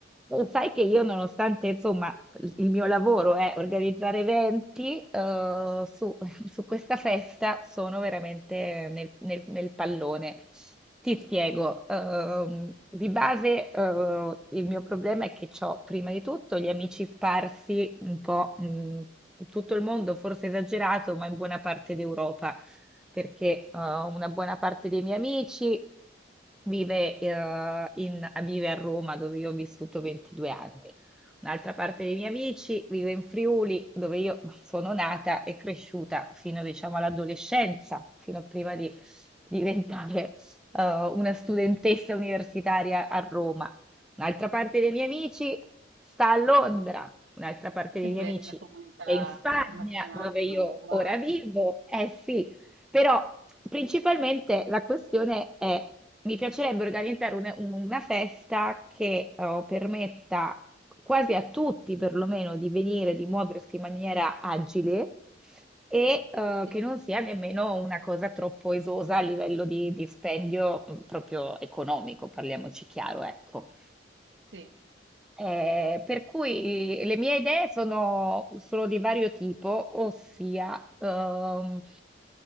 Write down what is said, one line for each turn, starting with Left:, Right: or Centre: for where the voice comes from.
Centre: lo Sai che io, nonostante, insomma, il mio lavoro è organizzare eventi, eh, su, <laughs> su questa festa sono veramente nel, nel- nel pallone. Ti spiego, ehm, di base, eh, il mio problema è che ho prima di tutto gli amici sparsi un po' mh, in tutto il mondo, forse esagerato, ma in buona parte d'Europa, perché eh, una buona parte dei miei amici vive, eh, in- vive a Roma, dove io ho vissuto 22 anni. Un'altra parte dei miei amici vive in Friuli, dove io sono nata e cresciuta fino, diciamo, all'adolescenza, fino a prima di diventare eh, una studentessa universitaria a Roma, un'altra parte dei miei amici sta a Londra, un'altra parte
Right: Che
Centre: dei miei
Right: bella
Centre: amici
Right: comunità
Centre: è in Spagna,
Right: internazionale,
Centre: dove io
Right: wow.
Centre: ora vivo. Eh sì, però principalmente la questione è, mi piacerebbe organizzare un- una festa che eh, permetta quasi a tutti perlomeno di venire, di muoversi in maniera agile e eh,
Right: Sì,
Centre: che non sia nemmeno una cosa troppo esosa a livello di dispendio mm, proprio economico, parliamoci chiaro, ecco.
Right: sì,
Centre: Eh, per cui eh, le mie idee sono, sono di vario tipo, ossia ehm,